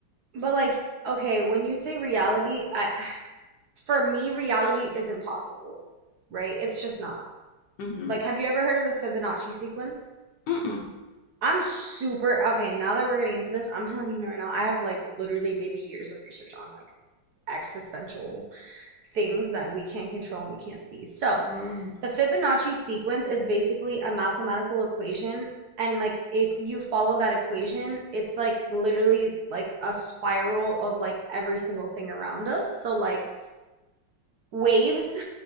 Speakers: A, on the right; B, on the left.
A: But like, okay, when you say reality, I, <sighs> for me, reality isn't possible, right? It's just not.
B: mhm
A: Like, have you ever heard of the Fibonacci sequence?
B: mhm
A: I'm super, okay, now that we're getting into this, I'm <laughs> letting you know right now, I have like literally maybe years of research on like existential things that we can't control and we can't see. So,
B: mhm
A: The Fibonacci sequence is basically a mathematical equation, and like if you follow that equation, it's like literally like a spiral of like every single thing around us. So like waves